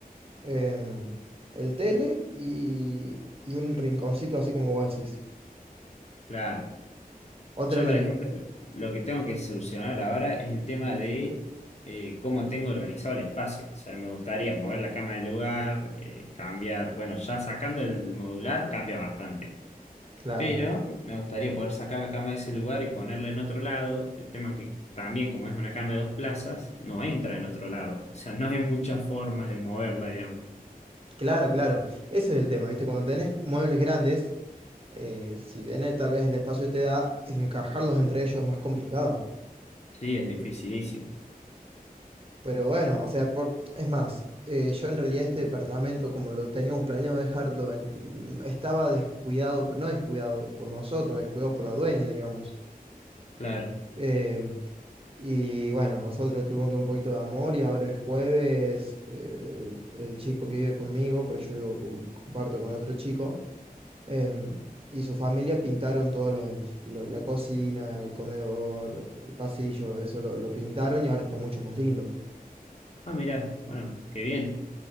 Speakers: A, on the right (about 40°); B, on the left (about 45°).
A: em, el tele y, y un rinconcito así como vos decís.
B: claro.
A: Otra,
B: Yo,
A: elim-
B: por ejemplo, lo que tengo que solucionar ahora es el tema de eh, cómo tengo organizado el espacio. O sea, me gustaría mover la cama del lugar, eh, cambiar. Bueno, ya sacando el modular, cambia bastante.
A: Claro,
B: Pero me gustaría poder sacar la cama de ese lugar y ponerla en otro lado. El tema que también, como es una cama de dos plazas, no entra en otro lado. O sea, no hay muchas formas de moverla, digamos.
A: claro, claro. Ese es el tema, ¿viste? Cuando tenés muebles grandes, eh, si bien eh, tal vez el espacio te da, encajarlos entre ellos es más complicado.
B: Sí, es dificilísimo.
A: Pero bueno, o sea, por... es más, eh, yo en realidad este departamento, como lo teníamos planeado dejarlo, estaba descuidado, pero no descuidado por nosotros, descuidado por la dueña, digamos.
B: Claro.
A: Em, y bueno, nosotros tuvimos que un poquito de amor y ahora el jueves eh, el, el chico que vive conmigo, porque yo vivo con- comparto con otro chico em, y su familia pintaron todos los, lo- la cocina, el comedor, el pasillo, eso lo, lo pintaron y ahora está mucho más lindo.
B: Ah, mirá, bueno, qué bien.